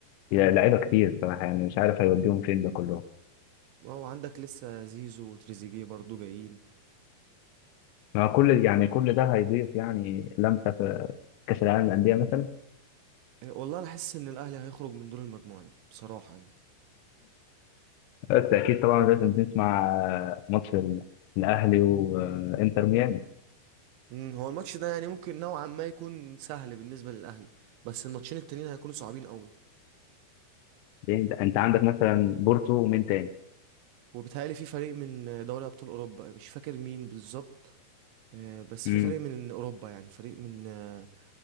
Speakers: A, on the left (about 85°); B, on the right (about 85°).
A: لعيبة كتير الصراحة يعني مش عارف هيوديهم فين ده كلهم
B: وعندك لسه زيزو وتريزيجيه برضو جايين
A: ما كل يعني كل ده هيضيف يعني لمسة في كأس العالم للأندية مثلا
B: إيه، والله انا حاسس ان الاهلي هيخرج من دور المجموعات بصراحه يعني
A: بس أكيد طبعا لازم نسمع ماتش ال- الأهلي وإنتر ميامي
B: مم، هو الماتش ده يعني ممكن نوعا ما يكون سهل بالنسبه للاهلي بس الماتشين التانيين هيكونوا صعبين قوي
A: ليه انت انت عندك مثلا بورتو ومين تاني
B: وبيتهيألي في فريق من دوري ابطال اوروبا مش فاكر مين بالظبط آه، بس
A: امم
B: في فريق من اوروبا يعني فريق من آه،